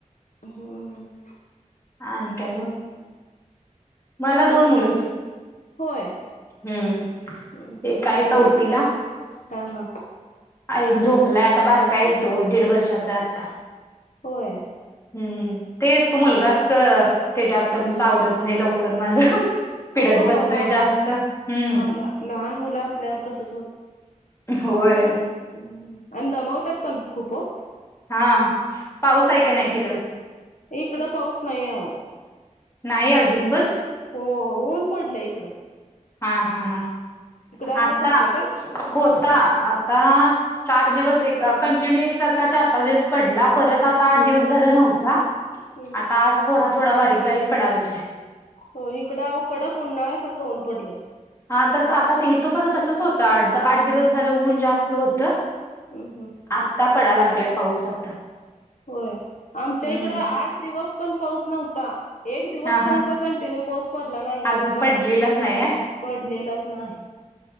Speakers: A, on the left (about 70°); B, on the left (about 20°).
A: हूं
B: आणि काय मग मला दोन मुलंच.
A: होय
B: हम्म
A: हम्म हम्म
B: एक हाय
A: लहान
B: चौथीला
A: हा हा
B: एक झोपलाय आता बारका येतो दीड वर्षाचाय आता
A: होय.
B: हम्म तेच मुलगाच तेजातून सावरत नाही लवकर माझ पिडत
A: हो
B: बसतोय
A: हो लहान
B: जास्त हम्
A: हा ल लहान मुलं असल्यावर तसच
B: होय.
A: हम्म हम्म अन दमवतात पण खूप ओ
B: हा पाऊस हाय का नाही तिकडं
A: इकड पाऊस नाहीये अहो
B: नाही अजून पण
A: हो ऊन पडलय इकड
B: हा हा हा
A: आहे
B: आता
A: तुमच्याकडं
B: होता आता चार दिवस एक कंटिन्यू एकसारखा चार पाच दिवस पडला परत आता आठ दिवस झाला नव्हता.
A: हम्म
B: आता आज थोडा थोडा बारीक बारीक पडा लागलाय.
A: हो इकडं अहो कडक उन्हाळ्यासारखं ऊन पडलय.
B: हा तस आता ते इथं पण तसंच होतं आठ आठ दिवस झालं ऊन जास्त होतं.
A: हम्म हम्म
B: आत्ता पडा लागलाय पाऊस आता
A: होय आमच्या
B: हम्म
A: इकड आठ दिवस पण पाऊस नव्हता. एक दिवस
B: हा
A: पण
B: हा
A: असा कंटिन्यू पाऊस पडला नाही कि
B: अजून
A: बाबा
B: पडलेलाच नाहीये.
A: पडलेलाच नाही.